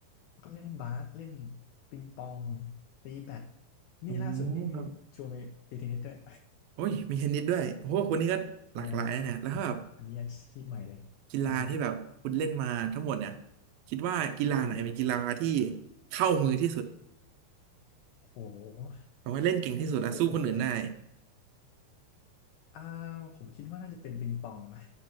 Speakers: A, on the left; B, on the right.
A: ก็เล่นบาสเล่นปิงปองตีแบดนี่ล่าสุดนี่มีชวนไปตีเทนนิสด้วย
B: อ๋อครับโอ้ยมีเทนนิสด้วยโอ้โหคนนี้ก็หลากหลายนะเนี่ยแล้วถ้าแบบ
A: <laughs> ใช่ครับอันนี้อันนี้อาชีพใหม่เลยอ่ะฮะ
B: กีฬาที่แบบคุณเล่นมาทั้งหมดเนี่ยคิดว่ากีฬาไหนเป็นกีฬาที่
A: อือฮึ
B: เข้ามือที่สุด
A: โอ้โห
B: แปลว่าเล่นเก่งที่สุดอะสู้คนอื่นได้
A: อันนี้มันจะเป็นเหมือน <laughs> อ่าผมคิดว่าน่าจะเป็นปิงปองนะ